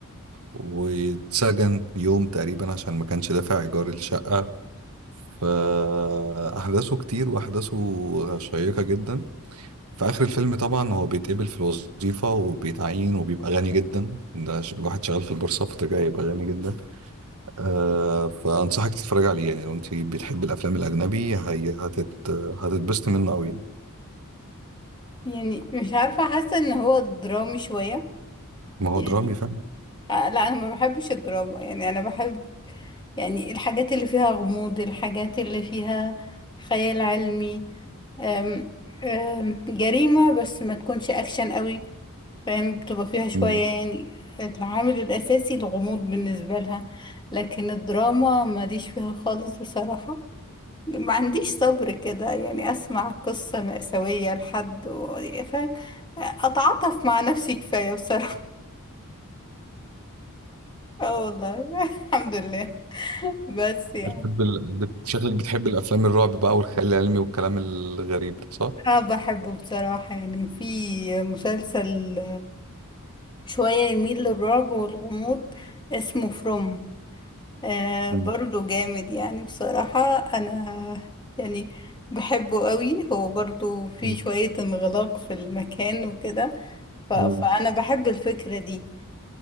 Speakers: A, on the right; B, on the left.
A: واتسجن يوم تقريبا عشان ما كانش دافع إيجار الشقة فأحداثه كتير وأحداثه شيقة جدا في آخر الفيلم طبعا هو بيتقبل في الوظيفة وبيتعين وبيبقى غني جدا ده ش- واحد شغال في البورصة فطبيعي يبقى غني جدا آه فأنصحك تتفرج عليه يعني لو أنت بتحب الأفلام الأجنبي هي هتت هتتبسط منه أوي يعني.
B: يعني مش عارفة حاسة ان هو درامي شوية
A: ما هو
B: يعني
A: درامي فعلا
B: آه، لا انا ما بحبش الدراما يعني انا بحب يعني الحاجات اللي فيها غموض الحاجات اللي فيها خيال علمي أم أم جريمة بس ما تكونش اكشن قوي فاهم بتبقى فيها شوية
A: مم.
B: يعني العامل الاساسي الغموض بالنسبة لها لكن الدراما ماليش فيها خالص بصراحة ما عنديش صبر كده يعني اسمع قصة مأساوية لحد و... فاهم اتعاطف مع نفسي كفاية بصراحة اه والله <laughs> الحمد لله بس يعني
A: بتحب ال... بت... شكلك بتحب الأفلام الرعب بقى والخيال العلمي والكلام الغريب ده صح؟
B: انا بحبه بصراحة يعني في مسلسل شوية يميل للرعب والغموض اسمه فروم آه
A: مم.
B: برضو جامد يعني بصراحة انا يعني بحبه قوي هو برضو في
A: مم.
B: شوية انغلاق في المكان وكده ف... فانا
A: مم.
B: بحب الفكرة دي